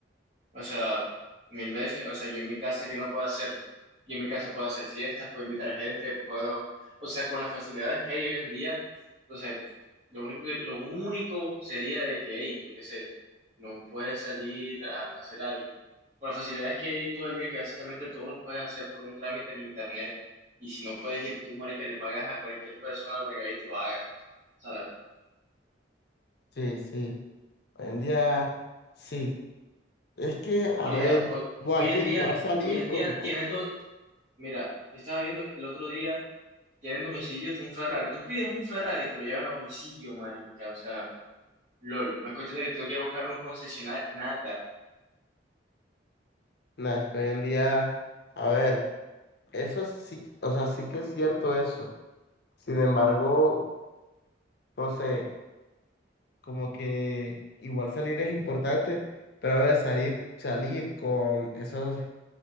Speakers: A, on the right; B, on the left.
A: O sea, mil veces. O sea, yo en mi casa, ¿qué no puedo hacer? Yo en mi casa puedo hacer fiestas, puedo invitar gente, puedo... O sea, con las facilidades que hay hoy en día, o sea, lo único que, lo único sería de que, hey, yo qué sé, no puedes salir a, a hacer algo. Con las facilidades que hay todo el día, que básicamente todos los puedes hacer por un trámite en internet. Y si no puedes ir tú, marica, le pagas a cualquier persona para que vaya y te lo haga. ¿Sabes?
B: Sí, sí. Hoy en día, sí. Es que, a
A: Marica,
B: ver,
A: hoy,
B: buah,
A: hoy
B: es
A: en
B: que igual
A: día...
B: salir
A: Hoy en
B: con,
A: día tienen,
B: con...
A: do- Mira, yo estaba viendo el otro día, tienen domicilios de un Ferrari. Tú pides un Ferrari y te lo llevan a domicilio, marica. O sea, lol. No es cuestión de que tú quieras buscar un concesionario, nada.
B: Nah, es que hoy en día, a ver, eso sí, o sea, sí que es cierto eso. Sin embargo, no sé, como que igual salir es importante, pero a ver, salir, salir con esos,